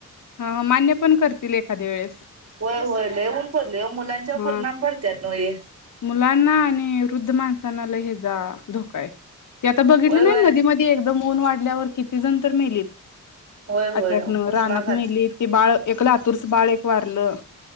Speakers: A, on the left (about 70°); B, on the right (about 50°).
A: हा ह मान्य पण करतील एखाद्या वेळेस
B: होय होय लई ऊन पड लई मुलांच्यावर
A: हा
B: परिणाम पडत्यात नव हे.
A: मुलांना आणि वृद्ध माणसांना लई हेजा धो काय? ते आता बघितलं
B: होय होय
A: नाही मध्ये-मध्ये एकदम ऊन वाढल्यावर कितीजण तर मेलीत.
B: होय होय
A: अटॅक न
B: उष्माघात
A: रानात मेली. ती बाळ एक लातूरच बाळ एक वारलं.